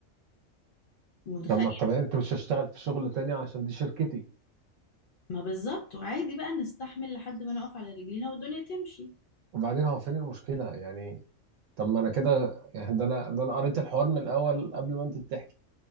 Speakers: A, on the left; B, on the right.
A: متخيل
B: طب ما الطبيعي انت مش هشتغل في شغل تاني عشان دي شركتي
A: ما بالظبط وعادي بقى نستحمل لحد ما نقف على رجلينا والدنيا تمشي
B: وبعدين هو فين المشكلة يعني طب ما انا كده يعني ده انا ده انا قريت الحوار من الاول قبل ما انت تحكي